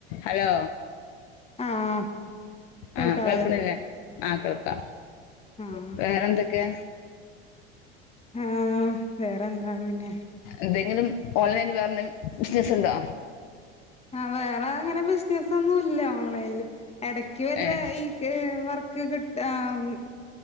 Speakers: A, on the left; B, on the left.
A: Hello.
B: ആഹ്. കേൾക്കാവല്ലേ
A: ആഹ് കേൾക്ണില്ലേ? ആഹ് കേൾക്കാം.
B: ആഹ്
A: ഇപ്പെങ്ങനെണ്ട് കെ
B: ആഹ് വേറെന്താ പിന്നെ
A: എന്തെങ്കിലും ഓൺലൈനിൽ വേറെന്തേലും ബിസിനസ്സ്ണ്ടൊ?
B: ആഹ് വേറെ അങ്ങനെ ബിസിനസൊന്നു ഇല്ല ഓൺലൈനില്. എടക്ക് വല്ല
A: ഏഹ്
B: ഈകെ വർക്ക് ർക് കിട്ടാ ഉം